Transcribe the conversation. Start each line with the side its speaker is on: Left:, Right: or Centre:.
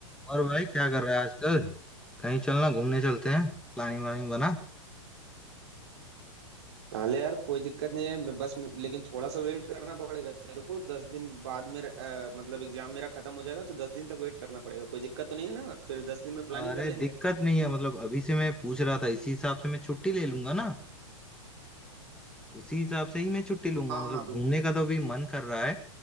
Centre: और भाई क्या कर रहा है आजकल कहीं चलना घूमने चलते हैं प्लानिंग वानिंग बना
Right: अरे यार कोई दिक्कत नहीं है मैं बस लेकिन थोड़ा सा वेट करना पड़ेगा तेरे को दस दिन बाद में अ, मतलब एग्जाम मेरा खत्म हो जाएगा तो दस दिन तक वेट करना पड़ेगा कोई दिक्कत तो नहीं है ना फिर दस दिन में प्लानिंग
Centre: अरे
Right: कर लेंगे
Centre: दिक्कत नहीं है मतलब अभी से मैं पूछ रहा था इसी हिसाब से मैं छुट्टी ले लूंगा ना उसी हिसाब से ही मैं छुट्टी लूंगा
Right: हाँ
Centre: मतलब
Right: हाँ बिल्कुल
Centre: घूमने का तो अभी मन कर रहा है